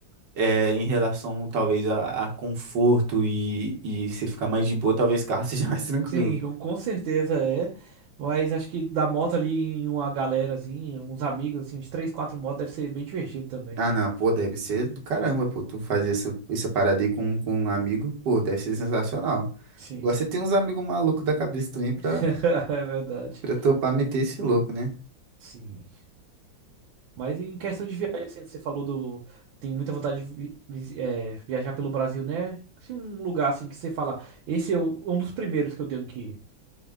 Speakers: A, on the right; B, on the right.
A: é, em relação, talvez, a, a conforto e, e você ficar mais de boa, talvez carro <laughs> seja mais tranquilo.
B: Sim, com com certeza é. Mas acho que da moto ali em uma galera, assim, uns amigos, assim, uns três, quatro motos, deve ser bem divertido também.
A: Ah, não, pô, deve ser do caramba, pô, tu fazer essa, essa parada aí com, com um amigo, pô, deve ser sensacional.
B: Sim,
A: Igual
B: sim.
A: você tem uns amigos malucos da cabeça também pra,
B: <laughs> É verdade.
A: pra topar meter esse louco, né?
B: Sim. Mas em questão de viagem, assim, você falou do. Tem muita vontade de vi- visi- eh, viajar pelo Brasil, né? Se um lugar assim que você fala, esse é o- um dos primeiros que eu tenho que ir.